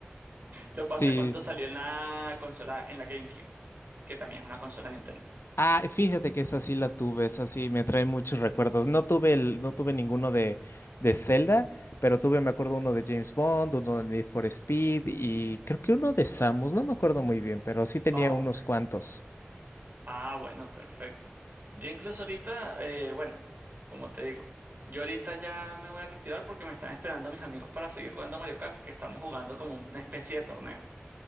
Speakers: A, on the right; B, on the left.
A: Lo
B: Sí.
A: pasé cuando salió en la consola, en la GameCube, que también es una consola Nintendo.
B: Ah, fíjate que esa sí la tuve, esa sí me trae muchos recuerdos. No tuve el, no tuve ninguno de, de Zelda, pero tuve, me acuerdo, uno de James Bond, uno de Need for Speed y creo que uno de Samus, no me acuerdo muy bien, pero sí tenía
A: Ah,
B: unos
A: ok.
B: cuantos.
A: Ah, bueno, perfecto. Yo incluso ahorita, eh, bueno, como te digo, yo ahorita ya me voy a retirar porque me están esperando mis amigos para seguir jugando a Mario Kart, que estamos jugando como una especie de torneo.